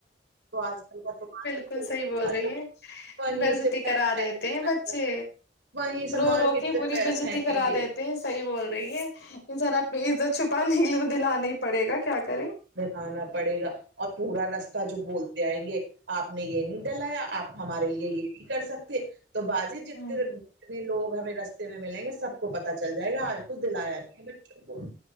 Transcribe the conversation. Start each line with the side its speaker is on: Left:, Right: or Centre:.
Right: تو آج کل کا تو مارکیٹ
Left: بلکل صحیح بول رہی ہے
Right: وہیں
Left: بے عزتی
Right: سے پیر
Left: کرا
Right: پھینک
Left: دیتے ہیں بچے
Right: وہیں سے
Left: رو
Right: مارکیٹ
Left: رو کے
Right: سے
Left: پوری
Right: پیر
Left: بیزاتی
Right: پھینکیں
Left: کرا
Right: گے
Left: دے صحیح بول رہی ہیں زارا اپنی عزت چھپانے کے لیے تو دلا نہ ہی پڑے گا کیا کریں
Right: میں کھانا پڑے گا اور پورا رستہ جو بولتے آئیں گے آپ نے یہ نہیں ڈلایا آپ ہمارے لیے یہ نہیں کر سکتے تو بازی جتنے
Left: ہ
Right: بھی لوگ ہمیں رس ملیں گے سب کو پتا چل جائے گا آج کچھ دلایا ہے بچوں کو